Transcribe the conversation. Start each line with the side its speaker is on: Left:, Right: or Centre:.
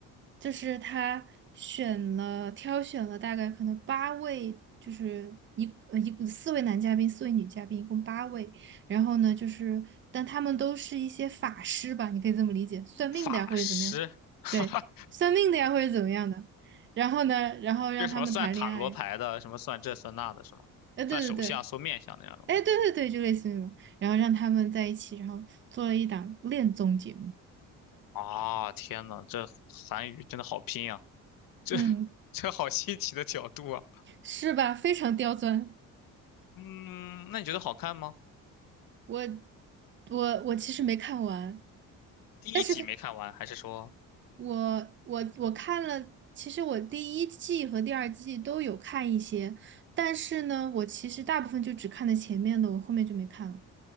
Right: 就是他选了挑选了大概可能八位，就是一呃一四位男嘉宾，四位女嘉宾，一共八位。然后呢，就是但他们都是一些法师吧，你可以这么理解，算命的呀或者怎么样，
Left: 法师，<laughs> 哈哈，
Right: 对，算命的呀或者怎么样的。然后呢，然后让他们谈恋爱，
Left: 这 <laughs> 什么算塔罗牌的，什么算这算那的，是吧？
Right: 哎，对对对，
Left: 算手相、算面相那样的吗？
Right: 哎，对对对，就类似于那种，然后让他们在一起，然后做了一档恋综节目。
Left: 啊，天呐，这韩语真的好拼啊！这
Right: 嗯，
Left: <laughs> 这好新奇的角度啊！
Right: 是吧？非常刁钻。
Left: 嗯，那你觉得好看吗？
Right: 我我我其实没看完，
Left: 第一集没看完，
Right: 但是他
Left: 还是说？
Right: 我我我看了，其实我第一季和第二季都有看一些，但是呢，我其实大部分就只看了前面的，我后面就没看了。